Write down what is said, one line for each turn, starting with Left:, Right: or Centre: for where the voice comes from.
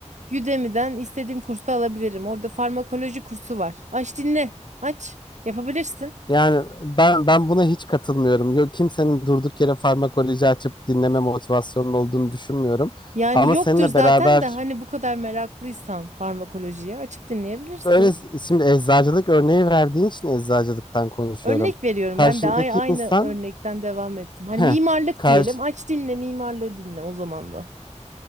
Right: Udemy'den istediğim kursu alabilirim. Orada farmakoloji kursu var. Aç dinle, aç. Yapabilirsin.
Left: Yani ben ben buna hiç katılmıyorum. Yok kimsenin durduk yere farmakoloji açıp dinleme motivasyonunun olduğunu düşünmüyorum.
Right: Yani
Left: Ama
Right: yoktur
Left: seninle
Right: zaten
Left: beraber
Right: de hani bu kadar meraklıysan farmakolojiye açıp dinleyebilirsin.
Left: böyle şimdi eczacılık örneği verdiğin için eczacılıktan konuşuyorum.
Right: Örnek veriyorum
Left: Karşındaki
Right: ben de ay- aynı
Left: insan
Right: örnekten devam ettim. Hani
Left: Heh,
Right: mimarlık
Left: karşı,
Right: diyelim aç dinle mimarlığı dinle o zaman da.